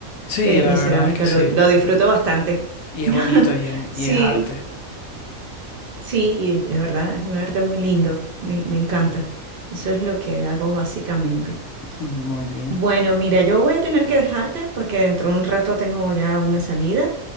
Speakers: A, on the left (about 75°); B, on the right (about 50°).
A: Sí,
B: de,
A: la
B: de cerámica,
A: verdad es que sí.
B: lo, lo disfruto bastante.
A: Y es
B: <laughs>
A: bonito y es, un-
B: Sí,
A: y es arte.
B: sí, de verdad, es un arte muy lindo, me, me encanta. Eso es lo que hago básicamente.
A: Muy bien.
B: Bueno, mira, yo voy a tener que dejarte porque dentro de un rato tengo ya una salida.